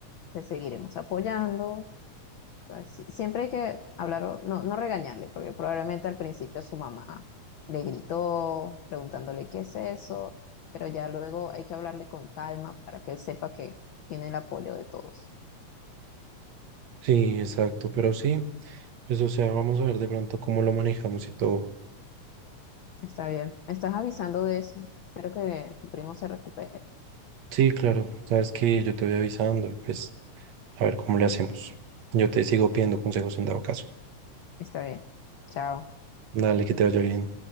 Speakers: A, on the left; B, on the right.
A: te seguiremos apoyando. O sea, si- siempre hay que hablar, o- no, no regañarle, porque probablemente al principio su mamá le gritó preguntándole qué es eso, pero ya luego hay que hablarle con calma para que él sepa que tiene el apoyo de todos.
B: Sí, exacto, pero sí, pues o sea, vamos a ver de pronto cómo lo manejamos y todo.
A: Está bien, me estás avisando de eso. Espero que tu primo se recupere.
B: Sí, claro, sabes que yo te voy avisando y pues a ver cómo le hacemos. Yo te sigo pidiendo consejos en dado caso.
A: Está bien, chao.
B: Dale, que te vaya bien.